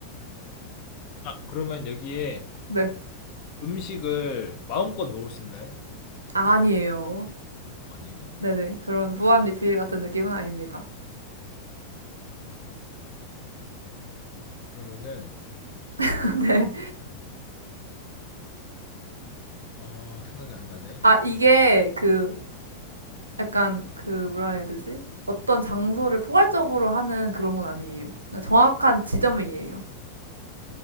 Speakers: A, on the left; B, on the right.
A: 아, 그러면 여기에
B: 네.
A: 음식을 마음껏 먹을 수 있나요?
B: 아니에요.
A: 아니요.
B: 네네. 그런 무한 리필 같은 느낌은 아닙니다.
A: 그러면은,
B: <laughs> 네.
A: 아, 생각이 안 나네.
B: 아, 이게 그, 약간 그, 뭐라 해야 되지? 어떤 장소를 포괄적으로 하는 그런 건 아니에요. 그 정확한 지점이에요.